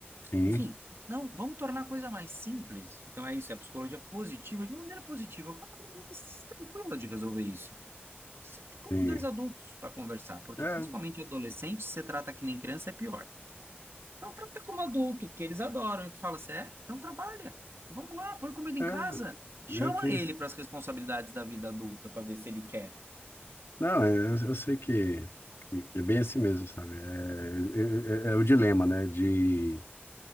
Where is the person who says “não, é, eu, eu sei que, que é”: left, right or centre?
Left